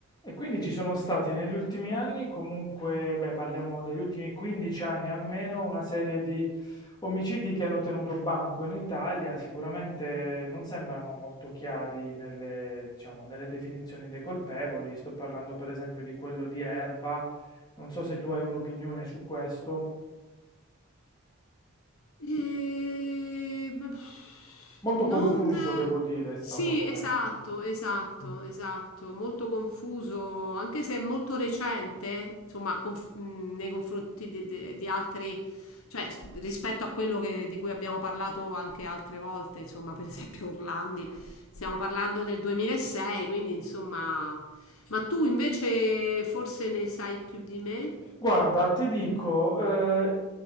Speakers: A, on the left; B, on the left.
A: E quindi ci sono stati negli ultimi anni, comunque, beh, parliamo degli ultimi 15 anni almeno, una serie di omicidi che hanno tenuto banco in Italia, sicuramente non sembrano molto chiari nelle, diciamo, nelle definizioni dei colpevoli. Sto parlando per esempio di quello di Erba, non so se tu hai un'opinione su questo.
B: Ehm,
A: Molto
B: non
A: confuso, devo dire, è stato
B: sì,
A: com'è.
B: esatto, esatto, esatto, molto confuso, anche se è molto recente, insomma, conf- mh, nei confronti di, di- di altri, cioè s- rispetto a quello che- di cui abbiamo parlato anche altre volte, insomma, per esempio Orlandi, stiamo parlando del 2006, quindi insomma, ma tu invece forse ne sai più di me?
A: Guarda, ti dico, eh,